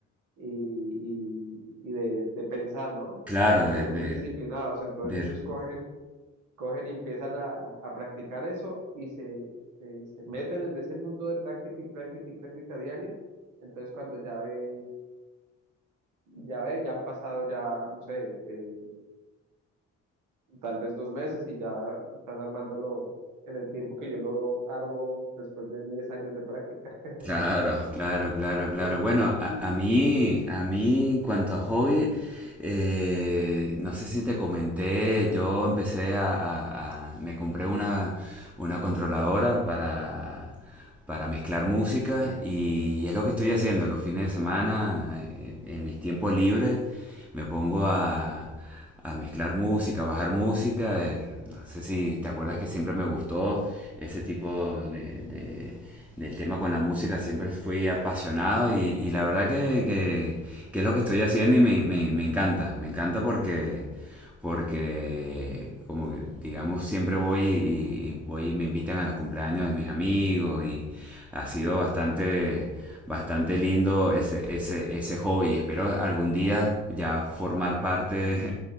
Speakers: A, on the right; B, in the centre.
A: y, y, y de, de pensar, ¿no?
B: Claro,
A: Porque
B: de,
A: ellos son
B: de,
A: muy disciplinados, entonces
B: de-
A: ellos cogen, cogen y empiezan a, a practicar eso y se, se, se meten en ese mundo de práctica y práctica y práctica diaria, entonces cuando ya ve Ya ve, ya han pasado ya, no sé, eh, tal vez dos meses y ya están armándolo en el tiempo que yo lo armo después de 10 años de práctica. <laughs>
B: Claro, claro, claro, claro.
A: Bueno,
B: Bueno,
A: y,
B: a,
A: y,
B: a mí, a mí, en cuanto a Hobbit, eh, no sé si te comenté, yo empecé a, a- a- me compré una, una controladora para, para mezclar música y es lo que estoy haciendo
A: no, sí,
B: los fines de semana, eh, en, mis tiempos libres, me pongo a, a mezclar música, a bajar música. eh, no sé si te acuerdas que siempre me gustó ese tipo
A: ajá,
B: de, de- del tema con la música, siempre fui apasionado y, y la verdad que, que- que es lo que estoy haciendo y me, me- me encanta, me encanta porque, porque como como que, digamos, siempre voy y, y voy, me invitan a los cumpleaños de mis amigos y ha sido bastante, bastante lindo ese, ese, ese hobby. Y espero algún día ya formar parte de,